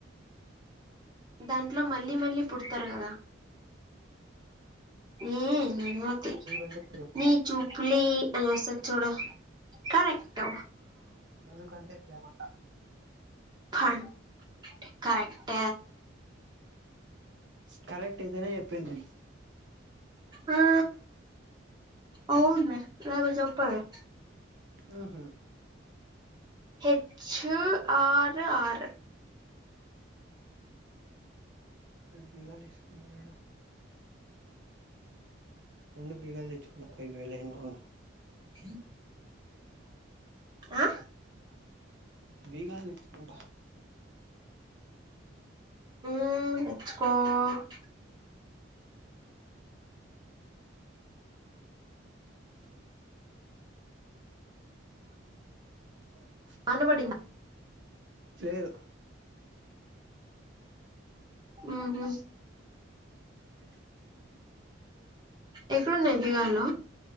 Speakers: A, on the right; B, on the right.
A: దాంట్లో మళ్ళీ మళ్ళీ పుడతారు కదా <unintelligible> నీ మూతి
B: ఎందుకంటే ప్రేమ
A: నీ చూపులే <unintelligible> చూడు కరెక్ట్
B: ఎందుకంటే ప్రేమంట
A: <unintelligible> కరెక్ట్
B: కరెక్ట్ ఐతేనే చెప్పేది నేను
A: ఆ అవునులే <unintelligible>
B: హు హు
A: హెచ్ ఆర్ ఆర్
B: బిగాలు ఏసుకొని పోయినడ వుండు బీగాలు తెచ్చుకుంట లైన్ లో ఉండు
A: హ ఆ
B: బీగాలు తెచ్చు కుంట
A: ఉ <unintelligible>
B: ఆ <inaudible> యాహొహు
A: వాన బడినా
B: లేదు
A: ఉహు
B: ఉకేలా <inaudible>
A: ఎక్కడున్నాయి దిగాల్ల